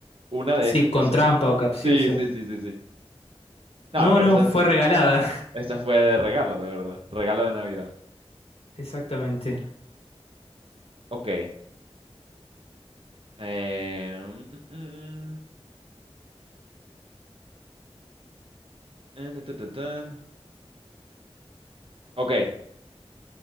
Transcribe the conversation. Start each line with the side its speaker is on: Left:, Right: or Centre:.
Right: una de
Left: Sí,
Right: esas
Left: con
Right: que son...
Left: trampa o capciosa.
Right: Sí, sí, sí, sí, sí. No,
Left: No,
Right: pero
Left: no,
Right: esa,
Left: fue regalada.
Right: esa fue de regalo, de verdad. Regalo de Navidad.
Left: <laughs> Exactamente.
Right: Ok. Eh... mm, mm, mm, eh, ta, ta, ta, tan. Ok.